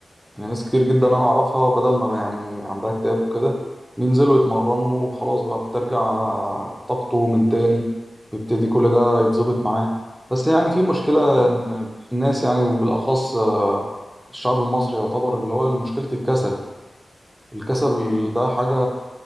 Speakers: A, in the centre; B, on the left.
A: يعني ناس كتير جدا
B: مم.
A: انا اعرفها بدل ما يعني عندها اكتئاب وكده بينزلوا يتمرنوا وخلاص بقى بترجع طاقته من تاني بيبتدي كل ده يتظبط معاه بس يعني في مشكلة
B: اه
A: إن في الناس يعني وبالأخص آه، الشعب المصري يعتبر اللي هو مشكلة الكسل الكسل
B: مم.
A: ده حاجة